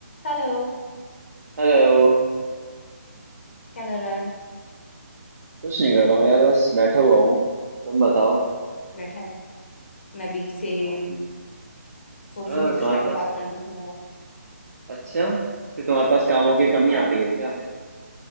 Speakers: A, on the left; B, on the right.
A: Hello
B: हेलो
A: क्या कर रहा है
B: कुछ नहीं कर रहा हूँ यार बस बैठा हुआ हूँ तुम बताओ
A: बैठा है मैं भी सेम
B: हाँ
A: सोच
B: हाँ
A: रही थी कुछ
B: तुम्हारे
A: टाइम
B: पास
A: पास कर लूं थोड़ा बहुत
B: अच्छा कि तुम्हारे पास कामों की कमी
A: हाँ
B: आ गई है क्या